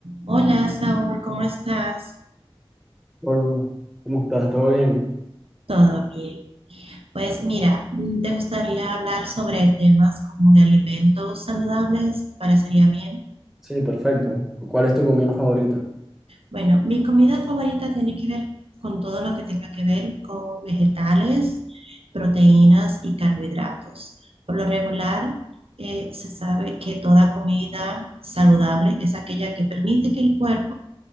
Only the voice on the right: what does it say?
Hola, Saúl, ¿cómo estás?
¿Todo bien? Pues mira, mm, ¿te gustaría hablar sobre temas como de alimentos saludables? ¿Te parecería bien?
Bueno, mi comida favorita tiene que ver con todo lo que tenga que ver con vegetales, proteínas y carbohidratos. Por lo regular, eh, se sabe que toda comida saludable es aquella que permite que el cuerpo